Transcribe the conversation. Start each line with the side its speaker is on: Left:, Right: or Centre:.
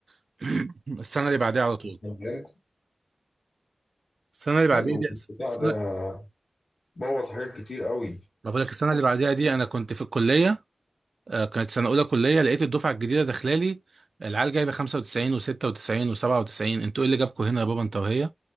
Right: <coughs> <clears throat> السنة اللي بعديها على طول
Left: كان
Right: السنة اللي بعديها
Left: حلو
Right: دي
Left: البتاع
Right: السنة
Left: ده بوظ حاجات كتير قوي
Right: ما بقول لك السنة اللي بعديها دي انا كنت في الكلية آه، كانت سنة أولى كلية لقيت الدفعة الجديدة داخلالي العيال جايبة 95 و96 و97 انتوا ايه اللي جابكوا هنا يا بابا انت وهي؟